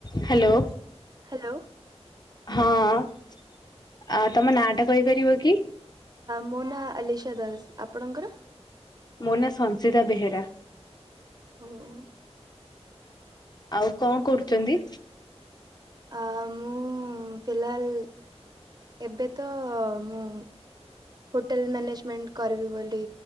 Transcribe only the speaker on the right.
Hello.
ମୋ ନାଁ ଅଲିସା ଦାସ। ଆପଣଙ୍କର?
ଓହୋ!
ଆ ମୁଁ ଫିଲାଲ ଏବେ ତ ମୁଁ ହୋଟେଲ ମ୍ୟାନେଜମେଣ୍ଟ କରିବି ବୋଲି